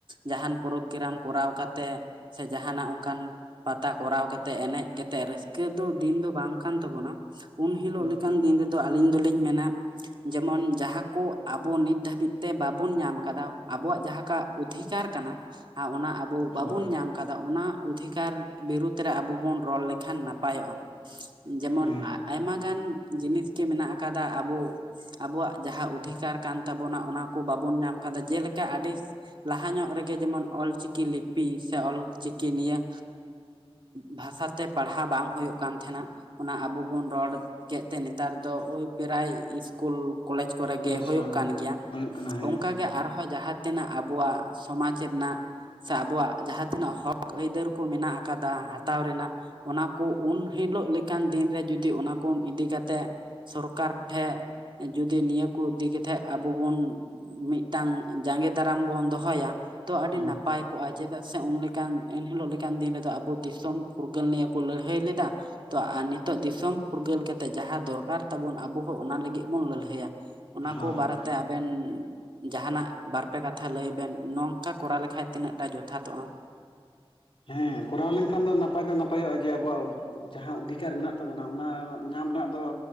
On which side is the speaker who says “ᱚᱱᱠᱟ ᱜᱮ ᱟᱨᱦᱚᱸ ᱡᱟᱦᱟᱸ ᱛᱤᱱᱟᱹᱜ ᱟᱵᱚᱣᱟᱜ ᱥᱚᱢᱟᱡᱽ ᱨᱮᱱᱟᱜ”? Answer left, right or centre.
Right